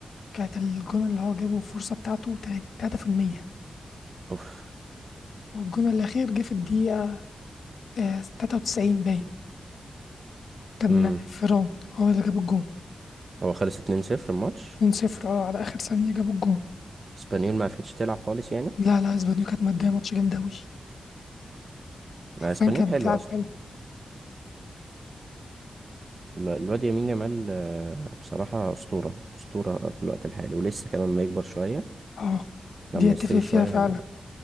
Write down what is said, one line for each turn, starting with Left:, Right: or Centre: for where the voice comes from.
Left: كانت الجون اللي هو جابه الفرصه بتاعته 3%
Right: اوف
Left: والجون الاخير جه في الدقيقه آه، 93 باين كان
Right: امم
Left: فيران هو اللي جاب الجون
Right: هو خلص 2-0 الماتش
Left: 2-0 اه على اخر ثانية جابوا الجون
Right: اسبانيول ما عرفتش تلعب خالص يعني
Left: لا لا اسبانيول كانت مادية ماتش جامد اوي حرفيا
Right: آه، اسبانيول
Left: كانت
Right: حلو
Left: بتلعب
Right: أصلا
Left: حلو
Right: ال- الواد يمين يامال آه، بصراحة أسطورة أسطورة في الوقت الحالي ولسه كمان لما يكبر شوية
Left: اه
Right: لما
Left: دي اتفق
Right: يستوي
Left: فيها
Right: شوية
Left: فعلا
Right: هيبقى